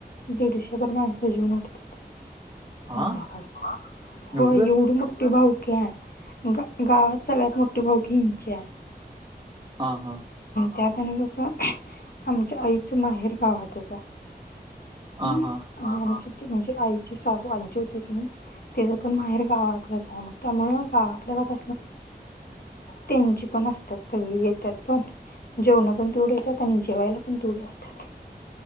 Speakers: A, on the left; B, on the right.
A: दीडशे भर माणसं जेवून उठत्यात.
B: हा
A: संध्याकाळी हो
B: एवढं
A: एवढी मोठी भावकी हाय. गावात सगळ्यात मोठे भाऊ की हिंचे आहे.
B: हा हा
A: त्यात आणि कस आमच्या आईचं माहेर गावातच
B: ह
A: हम्म
B: हा
A: आणि आमची म्हणजे आईची आजी होती की ति पण माहेर गावातलंच आहे मग त्यामुळ गावात त्यांची पण असत सगळी येतात पण जेवणं पण तेवढेे येत्यात आणि जेवायला पण तेवढे असतात.